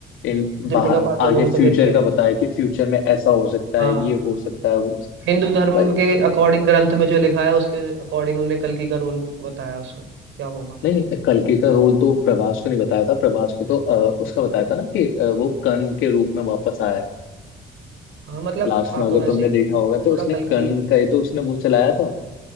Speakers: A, on the left; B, on the right.
A: इन बा
B: दीपिका पादुकोण
A: आगे फ्यूचर
B: का भी अच्छा
A: का
B: रोल
A: बताया कि फ्यूचर में ऐसा हो सकता
B: हाँ
A: है ये हो सकता है वो हो सकता है।
B: हिंदू धर्म
A: भाई
B: के अकॉर्डिंग ग्रंथ में जो लिखा है उसके अकॉर्डिंग उनने कल्कि का रोल बताया उसमें क्या होगा
A: नहीं कल्कि का रोल तो प्रभास को नहीं बताया था प्रभास को तो अ, उसका बताया था ना कि अ, वो कर्ण के रूप में वापस आया है
B: हाँ मतलब
A: लास्ट
B: था
A: में अगर
B: तो वैसे
A: तुमने
B: ही
A: देखा
B: था,
A: होगा
B: तो
A: तो
B: थोड़ा
A: उसने
B: कल्कि
A: कर्ण का ही तो उसने वो चलाया था